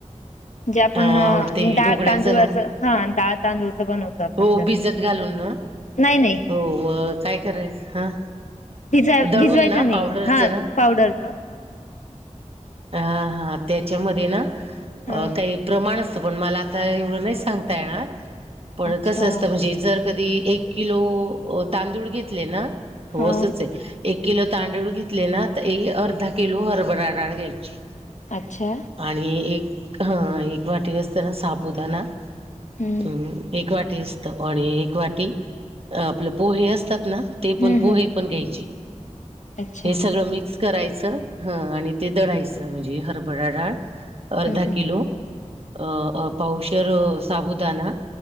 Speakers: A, on the left; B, on the right.
A: जे आपण
B: अ ते
A: डाळ
B: ढोकळ्याचं
A: तांदूळाच
B: ना
A: हा डाळ तांदूळच बनवतो आपण
B: हो
A: त्यातलं
B: भिजत घालून ना
A: नाही नाही
B: हो म काय कराय ह
A: भिजा
B: दळून
A: भिजवायचं
B: ना
A: नाही
B: पावडरचं
A: हा
B: ना
A: पावडरच
B: हा हा त्याच्यामध्ये ना
A: हा
B: काही प्रमाण मव नाही स येणारण
A: अच्छा
B: क असतण कधी एक किलो तांदूळ घेतले ना हो
A: हा
B: असच आहे एक किलो तांदूळ घेतले ना तर अर्धा किलो हरभरा डाळ घ्यायची
A: अच्छा
B: आणि एक ह एक वाटी असताना सापुदना
A: हम्म
B: अम् एक वाटी असत आणि एक वाटी आपलं पोहे असतात ना ते
A: हम्म
B: पण पोहे
A: हम्म
B: पण घ्यायचे
A: अच्छा
B: हे
A: हम्म
B: सगळं मिक्स करायचं ह आणि ते दढायचं म्हणजे हरभरा डाळ. अर्धा
A: हम्म
B: किलो अ पावशर साबुदाणा